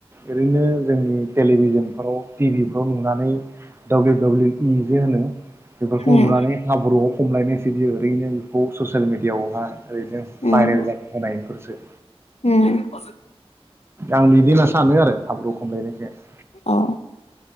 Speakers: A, on the right; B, on the left.
A: ओरैनो जोंनि टेलिभिजनफ्राव टिभिफ्राव नुनानै डाब्लिउ डाब्लिउ इ जे होनो बेफोरखौ
B: उम
A: नुनानै हाब्रुआव हमलायनायसो बियो ओरैनो बेखौ ससियेल मिडियाआवहा ओरैनो
B: उम
A: भाइरेल जादों होनाय बेफोरसो
B: उम औ
A: आं बिदि होनना सानो आरो हाब्रु खमलायनायखौ
B: औ